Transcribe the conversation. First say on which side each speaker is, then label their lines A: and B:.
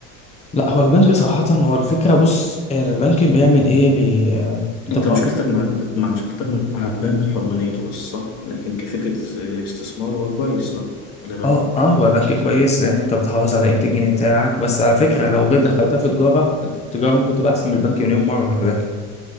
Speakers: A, on the left; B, on the left.
A: لا هو البنك صراحه هو الفكره بص البنك بيعمل ايه بي... انت
B: انت
A: بتروح
B: مشكلتك مع مع مشكلتك مع البنك حرمانيته بس صح لكن كفكرة استثمار هو كويس صح ولا إيه
A: اه
B: رايك
A: اه هو البنك كويس لان انت بتحافظ على قيمه الجنيه بتاعك بس على فكره لو جد دخلتها في تجاره التجاره ممكن تبقى احسن من البنك مليون مره على فكره